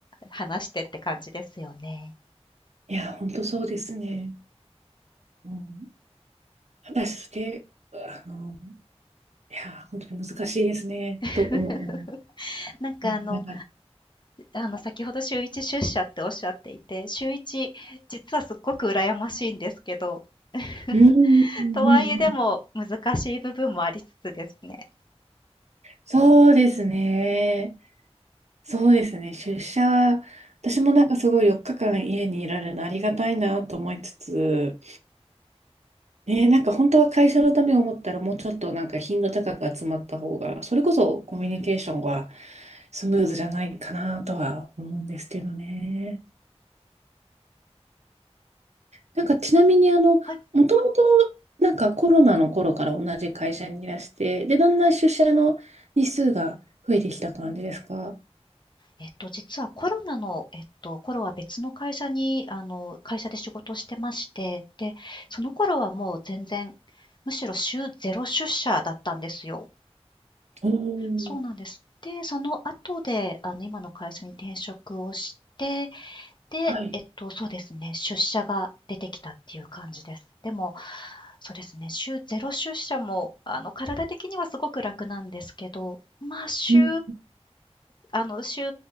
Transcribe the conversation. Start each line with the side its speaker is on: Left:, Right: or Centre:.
Left: 話してって感じですよね。
Right: や、本当そうですね。うん、果たして、あの、いや、本当に難しいですね、と思う。
Left: <laughs>
Right: う
Left: なんかあの
Right: んながら。
Left: であの先ほど週1出社っておっしゃっていて、週1、実はすっごく羨ましいんですけど、<laughs>
Right: うん、うんうんうん
Left: とはいえでも難しい部分もありつつですね。
Right: そうですね。そうですね。出社、私もなんかすごい4日間家にいられるのありがたいなと思いつつ、ね、なんか本当は会社のためを思ったらもうちょっとなんか頻度高く集まった方が、それこそコミュニケーションはスムーズじゃないかなとは思うんですけどね。なんかちなみにあの、
Left: はい。
Right: もともとなんかコロナの頃から同じ会社にいらして、で、だんだん出社の日数が増えてきた感じですか
Left: えっと、実はコロナの、えっと、頃は別の会社に、あの、会社で仕事をしてまして、で、その頃はもう全然、むしろ週ゼロ出社だったんですよ。
Right: おー
Left: そうなんです。で、その後で、あの、今の会社に転職をして、で、
Right: はい。
Left: えっと、そうですね、出社が出てきたっていう感じです。でも、そうですね、週0出社も、あの、体的にはすごく楽なんですけど、まあ、週
Right: うん
Left: あの、週